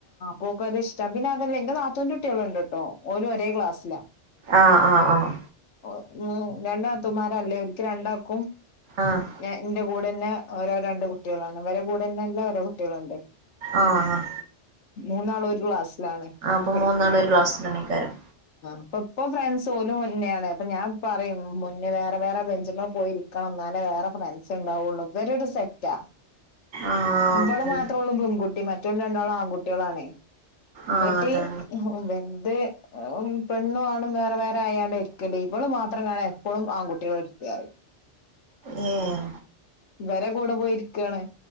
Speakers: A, on the left; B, on the right.
A: മോൾക്ക് അത് ഇഷ്ടാ പിന്നെ അതല്ല എന്റെ നാത്തുന്റെ കുട്ടികൾ ഉണ്ട് കേട്ടോ ഓര് ഒരേ ക്ലാസ്സിലാ.
B: ആഹ് ആഹ് ആഹ്
A: ഓ ഉം രണ്ട് നാത്തൂമാരല്ലേ ഓര്ക്ക് രണ്ടാൾക്കും
B: ആഹ്
A: ഞാൻ എന്റെ കൂടെ തന്നെ ഓരോ രണ്ട് കുട്ടികളാണ്. അവരെ കുടെന്നല്ല ഓരോ കുട്ടികളുണ്ട്
B: ആഹ് ആഹ്
A: മൂന്നാളും ഒരു ക്ലാസ്സിലാണ്.
B: ആഹ് അപ്പോൾ
A: പഠിക്കണേ
B: മൂന്നാളു ഒരു ക്ലാസ്സിലാണികാരം.
A: ഇപ്പൊ ഫ്രണ്ട്സ് ഓലും മുന്നെയാണ് അപ്പൊ ഞാൻ പറയും മുന്നേ വേറെ വേറെ ബെഞ്ചിൻമേൽ പോയിരി കണം. എന്നാലേ വേറെ ഫ്രണ്ട്സ് ഉണ്ടാവുള്ളൂ. ഇവര് ഒരു സെറ്റാ
B: ആഹ്
A: ഇവള്
B: ഓക്കെ
A: മാത്ര ഉള്ളൂ പെൺകുട്ടി മറ്റ റ്റേ രണ്ടാളും ആൺകുട്ടികളാണ് എന്നിട്ട്
B: ആഹ് അതന്നെ
A: എന്ത് പെണ്ണു ആണും വേറെ വേറെ ആയാലാ ഇരിക്കല് ഇവള് മാത്രം കാണാ എപ്പോഴും ആൺകുട്ടികൾ ഇരിക്കാല്
B: ഉം.
A: ഇവരെ കൂടെ പോയിരിക്കയാണ്.